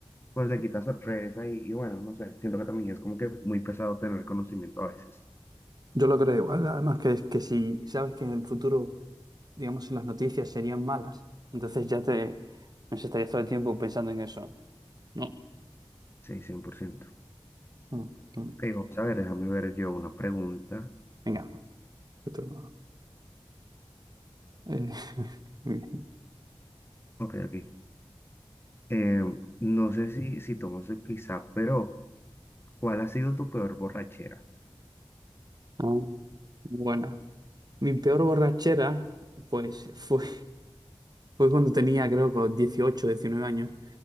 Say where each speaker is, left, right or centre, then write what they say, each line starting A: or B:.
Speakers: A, on the left; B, on the right.
A: pues le quita sorpresa y, y bueno, no sé, siento que también es como que muy pesado tener conocimiento a veces.
B: Yo lo creo igual. Además, que, que si sabes que en el futuro, digamos, si las noticias serían malas, entonces ya te no sé, estarías todo el tiempo pensando en eso. No.
A: Sí, 100%.
B: Mm, mm.
A: Ok, vamos a ver, déjame ver yo una pregunta.
B: Venga, tu turno. Eh, <laughs> muy bien.
A: Ok, aquí. Em, no sé si, si tomas el quizá, pero ¿cuál ha sido tu peor borrachera?
B: Ah, buena. Mi peor borrachera, pues fue. Fue cuando tenía, creo, con los 18, 19 años,